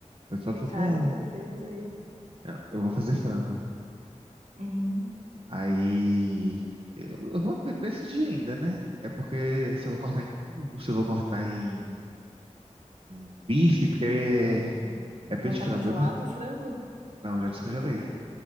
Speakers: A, on the right (about 50°); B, on the right (about 75°).
A: Eu só
B: que
A: tô
B: carne
A: com.
B: tu fez aí?
A: Eu eu vou fazer frango.
B: Hum.
A: Aí eu, eu vou decidir ainda, né? É porque se eu vou cortar em cubo, se eu vou cortar em, em bife, porque é,
B: Ah,
A: é peito
B: Não
A: de
B: tá
A: frango,
B: congelado
A: né?
B: o frango?
A: Não, já descongelei.
B: Não.